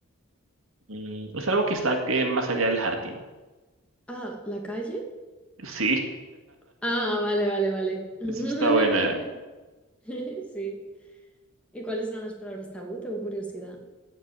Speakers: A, on the right; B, in the centre.
A: Mm, es algo que está eh, más allá del jardín.
B: Ah, ¿la calle?
A: Sí.
B: Ah, vale, vale, vale. <laughs>
A: Esa está buena.
B: Sí. ¿Y cuáles eran las palabras tabú? Tengo curiosidad.